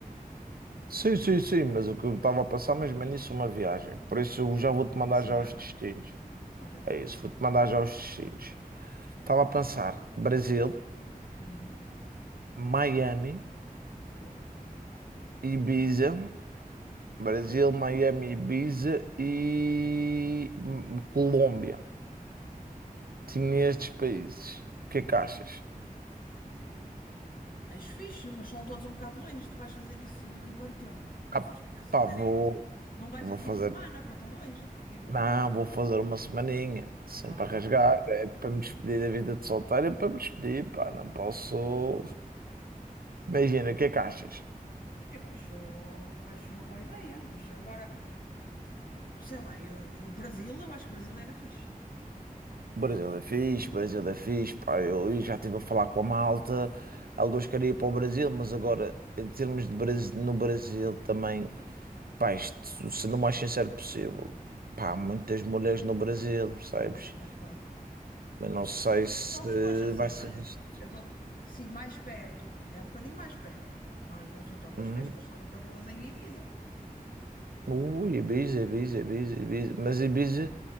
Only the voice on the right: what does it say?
Sim, sim, sim, mas o que eu estava a pensar
mesmo
é nisso, uma viagem, por isso eu já vou-te mandar
já os destinos.
É isso, vou-te mandar já os destinos. Estava a pensar, Brasil,
Miami,
Ibiza, Brasil, Miami, Ibiza e hum, Colômbia. Tinha estes países. O que é que achas?
Ah,
pá, vou,
vou
fazer.
Não,
vou fazer uma semaninha, sempre
a rasgar,
é para me despedir da vida de solteiro, é para me despedir, pá, não posso.
Imagina, o que é que achas?
Brasil é fixe, Brasil é fixe. Pá, eu já estive a falar com a malta. Alguns queriam ir para o Brasil, mas agora, em termos de Brasil, no Brasil também, pá, isto, se não mais sincero possível, pá, muitas mulheres no Brasil, percebes?
Eu não sei se
vai ser
visto.
Hum?
Ui, Ibiza, Ibiza, Ibiza, Ibiza. Mas Ibiza